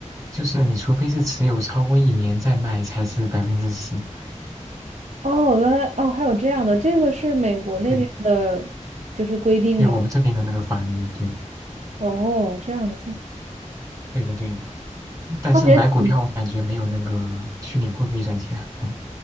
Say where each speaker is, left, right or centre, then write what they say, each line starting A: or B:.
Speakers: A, on the right; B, on the right.
A: 就是你除非是持有超过一年再卖，才是百分之十。
B: 哦，原来哦还有这样的，这个是美国那边的，
A: 对，
B: 就是规定吗？
A: 对我们这边的那个法律，对，
B: 哦，这样子，
A: 对的，对的。但是买股票，
B: 那也挺
A: 我感觉没有那个虚拟货币赚钱。嗯，